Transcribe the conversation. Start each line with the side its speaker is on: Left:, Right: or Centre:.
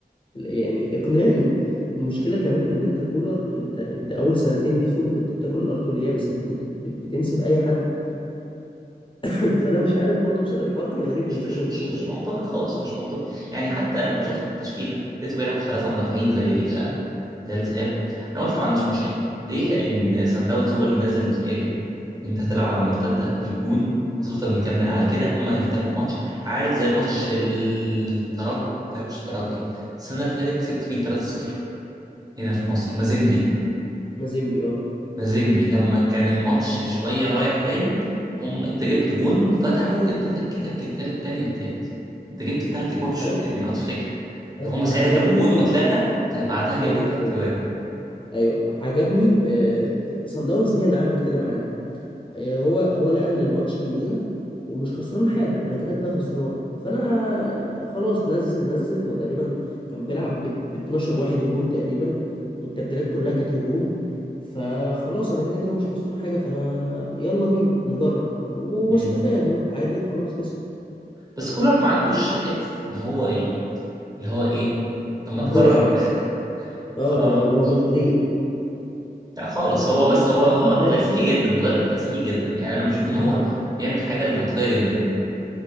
Left: يعني اقنعني والمشكله كمان ان انت كولر انت انت اول سنتين جيت فيهم كنت بتاكل الارض واليابس انت كنت بت- بتنسف اي حد <laughs> فانا مش عارف برضو بصراحة الحوار كان غريب
Right: مش
Left: بالنسبه
Right: مش
Left: لي من
Right: مش
Left: كولر
Right: مش
Left: يعني
Right: منطقي خالص مش منطقي يعني حتى لما شفت التشكيله لقيته بيلعب ثلاثه مدافعين زي ال... زي الذهاب انا قلت ما عنديش مشكله ليه لان سان داونز هو اللي نازل يهاجم انت هتلعب على مرتده هتجيب جون وتفضل مكمل على كده هم هيفتحوا الماتش عارف زي ماتش الترجي لا مش الترجي السنه اللي فاتت كسبت مين 3-0 هنا في مصر مازيمبي
Left: مازيمبي اه
Right: مازيمبي لما كان الماتش شوية رايح جاي هم انت جبت جون فتحوا انت تك تك التالت تاني والتالت انت جبت التلات اجوان في الشوط
Left: عارف
Right: التاني لو تفتكر ان
Left: انا
Right: هم ساعتها
Left: عجبني
Right: جابوا جون
Left: بصراحه
Right: واتلغى فبعدها جبنا
Left: ايوه
Right: تلات
Left: ايوه
Right: اجوان
Left: ايوه عجبني آه، سان داونز هي اللي عملت كده معانا آه، هو هو لقى ان الماتش بيضيع ومش خسران حاجه انا كده كده خسران فانا خلاص نزل نزل هو تقريبا كان بيلعب ب 12 واحد هجوم تقريبا والتبديلات كلها كانت هجوم فخلاص انا كده كده مش خسران حاجه فانا يلا بينا نجرب واستفاد
Right: مم.
Left: هو اتعادل خلاص كسب
Right: بس كولر ما عندوش حتة ان هو ي... اللي هو ايه طب ما
Left: الجرأة
Right: تجرب يا اخي <laughs>
Left: اه
Right: اه
Left: هو هو مش جريء
Right: لا خالص هو
Left: قال
Right: بس
Left: لك
Right: هو
Left: مش
Right: هو
Left: خسران
Right: كلاسيكي
Left: حاجه
Right: جدا مدرب كلاسيكي جدا يعني انا بشوف ان
Left: ده
Right: هو
Left: حقيقي.
Right: بيعمل حاجة المنطقية جدا